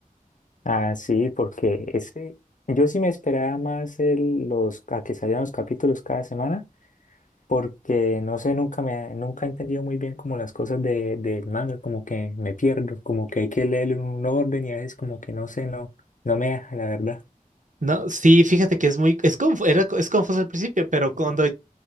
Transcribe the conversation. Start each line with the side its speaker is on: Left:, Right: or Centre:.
Left: Ah, sí, porque ese, yo sí me esperaba más el, los, a que salieran los capítulos cada semana, porque no sé, nunca me, ha- nunca he entendido muy bien como las cosas de, del manga, como que me pierdo, como que hay que leer en un orden y a veces como que no sé, no, no me deja, la verdad.
Right: No, sí, fíjate que es muy, es confu- era, co- es confuso al principio, pero cuando,